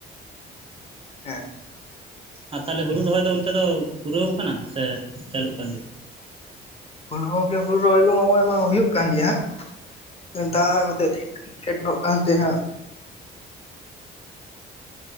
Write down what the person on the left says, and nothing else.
ᱦᱮᱸ᱾
ᱠᱚᱱᱳ ᱜᱚᱝᱠᱮ ᱦᱩᱲᱩ ᱨᱚᱦᱚᱭ ᱫᱚ ᱱᱚᱜᱚᱭ ᱢᱟ ᱦᱩᱭᱩᱜ ᱠᱟᱱ ᱜᱮᱭᱟ ᱦᱟᱸᱜ ᱫᱟᱜ ᱦᱚᱛᱮᱡ ᱛᱮ ᱮᱴᱠᱮ ᱴᱚᱲᱮᱜ ᱠᱟᱱ ᱛᱮ ᱦᱟᱸᱜ